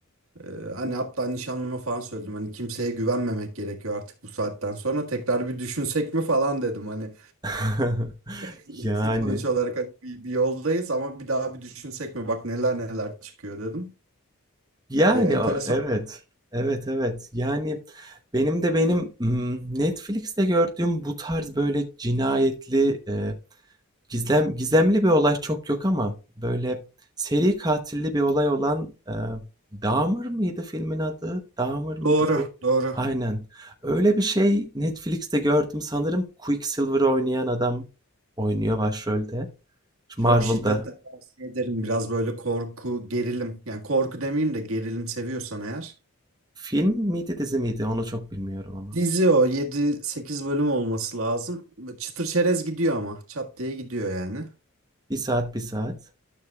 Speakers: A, on the right (about 75°); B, on the right (about 20°).
A: Ee, hani hatta nişanlıma falan söyledim. Hani kimseye güvenmemek gerekiyor artık bu saatten sonra. Tekrar bir düşünsek mi falan dedim. Hani
B: <laughs>
A: <laughs>
B: yani
A: sonuç olarak hani bir, bir yoldayız ama bir daha bir düşünsek mi? Bak neler neler çıkıyor dedim.
B: Yani,
A: Ee, enteresan.
B: a evet. Evet, evet. Yani, benim de benim, ımm, Netflix'te gördüğüm bu tarz böyle cinayetli, eee, gizlem gizemli bir olay çok yok ama böyle seri katilli bir olay olan, eee, Dahmer mıydı filmin adı? Dahmer mıydı
A: Doğru,
B: bu?
A: doğru.
B: Aynen. Öyle bir şey Netflix'te gördüm. Sanırım Quicksilver oynayan adam oynuyor başrolde. Şu
A: Çok
B: Marvel'da.
A: şiddetle tavsiye ederim. Biraz böyle korku, gerilim. Yani korku demeyeyim de gerilim seviyorsan eğer.
B: Film miydi, dizi miydi? Onu çok bilmiyorum ama.
A: Dizi o yedi sekiz bölüm olması lazım. Çıtır çerez gidiyor ama çat diye gidiyor yani.
B: bir saat, bir saat.